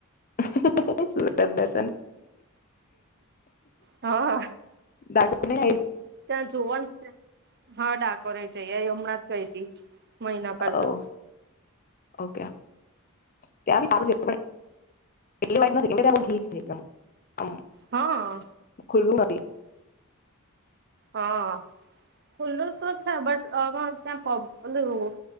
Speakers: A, on the left; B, on the right.
A: <unintelligible> સુુરત દર્શન
B: હા હા
A: <inaudible>
B: ત્યાં જોવાનું છે હા ડાકોર એ જઇ આઇ હમણાં જ ગઈ હતી મહિના પહેલા
A: ઓ ઓકે ત્યાં સારું છે એટલી <inaudible> હમ
B: હા
A: ખુલ્લુ નથી.
B: હા ખુલ્લું તો છે બટ હ ત્યાંલું